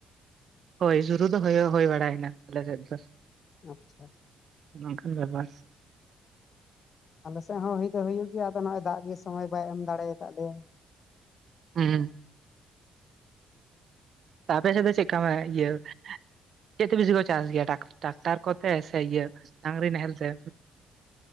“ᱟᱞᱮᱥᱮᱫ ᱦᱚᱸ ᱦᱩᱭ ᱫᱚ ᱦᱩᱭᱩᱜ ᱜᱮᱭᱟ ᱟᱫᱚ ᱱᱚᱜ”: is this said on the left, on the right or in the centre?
Left